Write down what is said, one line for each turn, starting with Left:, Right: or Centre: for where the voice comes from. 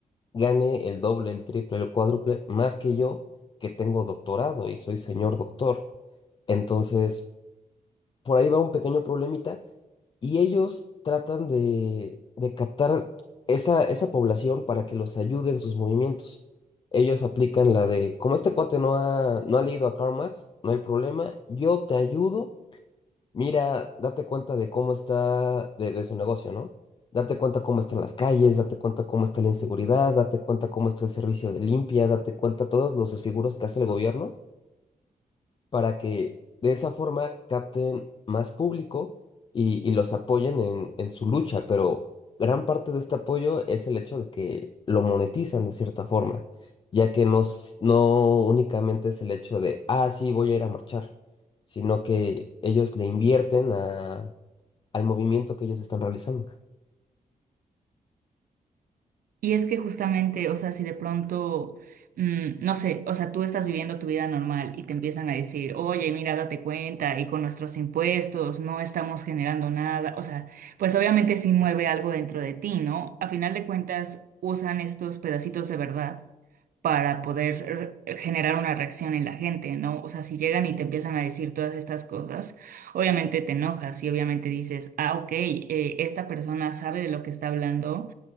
Left: gane el doble, el triple, el cuádruple más que yo que tengo doctorado y soy señor doctor? Entonces, por ahí va un pequeño problemita y ellos tratan de, de captar esa, esa población para que los ayude en sus movimientos. Ellos aplican la de, como este cuate no ha, no ha leído a Karl Marx, no hay problema, yo te ayudo, mira, date cuenta de cómo está, de, de su negocio, ¿no? Date cuenta cómo están las calles, date cuenta cómo está la inseguridad, date cuenta cómo está el servicio de limpia, date cuenta todos los desfiguros que hace el gobierno para que de esa forma capten más público y, y los apoyen en, en su lucha, pero gran parte de este apoyo es el hecho de que lo monetizan de cierta forma, ya que no, s- no únicamente es el hecho de, ah, sí, voy a ir a marchar, sino que ellos le invierten a, al movimiento que ellos están realizando.
Right: Y es que justamente, o sea, si de pronto, mm, no sé, o sea, tú estás viviendo tu vida normal y te empiezan a decir, oye, mira, date cuenta, y con nuestros impuestos no estamos generando nada, o sea, pues obviamente sí mueve algo dentro de ti, ¿no? A final de cuentas, usan estos pedacitos de verdad para poder re- generar una reacción en la gente, ¿no? O sea, si llegan y te empiezan a decir todas estas cosas, obviamente te enojas y obviamente dices, ah, ok, eh, esta persona sabe de lo que está hablando